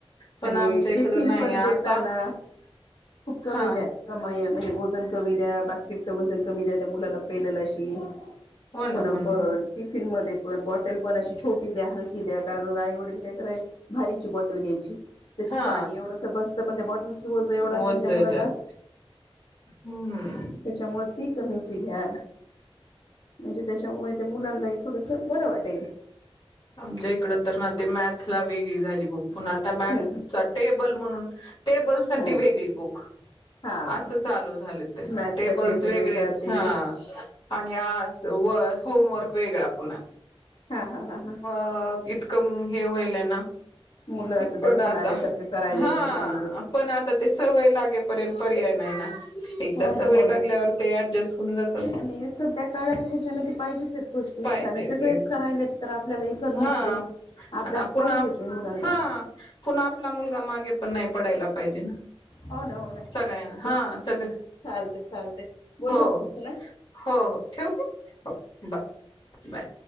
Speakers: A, on the left (about 50°); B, on the left (about 65°).
A: पण
B: आणि
A: आमच्या इकडं
B: टिफिन
A: नाही
B: पण देताना
A: आता
B: खूप कमी
A: हा
B: दया कमा म्हणजे वजन कमी द्या बास्केटचं वजन कमी द्या त्या मुलाला पेलेल अशी
A: हो ना
B: प
A: हो ना हो
B: टिफिन मध्ये पण बॉ टल पण अशी छोटी द्या हलकी द्या कारण आई वडील काय करायचे भारीची बॉटल घ्यायची त्याच्यात
A: हा
B: पाणी एवढंस बसतं पण त्या बॉटल चं ओझं एवढं असतं
A: ओझ
B: की त्या मुलाला
A: जास्त हम्म
B: त्याच्यामुळे ती कमीची घ्या म्हणजे त्याच्यामुळे ते मुलांनाही थोडंसं बरं वाटेल
A: आमच्या इकड तर ना ते मॅथला वेगळी झाली बुक पुन्हा मॅथ
B: हम्म
A: टेबल म्हणून टेबल साठी
B: हम्म
A: वेगळी बुक
B: हा
A: असं चालू झाले ते
B: मॅचचा
A: टेबल्स
B: टेबल
A: वेगळेच
B: वेगळा ते
A: हा
B: वेगळ
A: आणि आस व होमवर्क वेगळा पुन्हा
B: हा हा हा हा
A: अ इतकं हे व्हायलंय ना
B: मुलं असं
A: पण
B: दडकून
A: आता
B: आल्यासारखं करायला
A: हा
B: लागलेत
A: पण आता ते सवय लागेपर्यंत पर्याय नाही ना एकदा
B: हो ना
A: सवय
B: हो ना
A: लागल्यावर ते ऍडजस्ट होऊन जातात
B: आणि सध्या काळाच्या ह्याच्यान ते पाहिजेचयेत. गोष्टी
A: पाहिजेच
B: कारण सगळेच करायलेत. तर आपल्याला हे करणंच
A: हा
B: आहे अभ्यास
A: आणि आपन
B: पाहिजेच आहे मुलांना
A: हा पुन आपला मुलगा मागे पण नाही पडायला पाहिजे ना
B: हो ना हो ना
A: सगळ्यां
B: बस
A: हा सगळ
B: चालते चालते बोलू
A: हो हो
B: आपण पुन्हा
A: हो हो ठेउ का हो बा बाय.